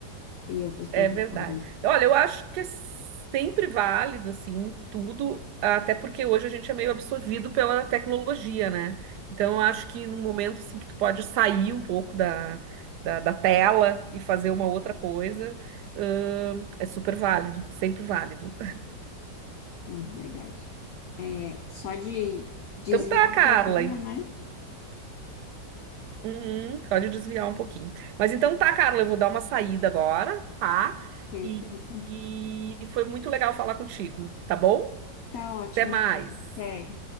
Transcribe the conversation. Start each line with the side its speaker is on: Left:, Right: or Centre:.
Left: e outras plataformas.
Right: É verdade. Olha, eu acho que é sempre válido, assim, tudo, até porque hoje a gente é meio absorvido pela tecnologia, né? Então, eu acho que num momento, assim, que tu pode sair um pouco da, da, da tela e fazer uma outra coisa, hum, é super válido, sempre válido.
Left: Sim, verdade. É, só de desviar
Right: Então tá, Carla.
Left: um pouquinho, né?
Right: Uhum, pode desviar um pouquinho. Mas então tá, Carla, eu vou dar uma saída agora, tá?
Left: Perfeito.
Right: E, e foi muito legal falar contigo, tá bom?
Left: Tá ótimo.
Right: Até mais.
Left: Até.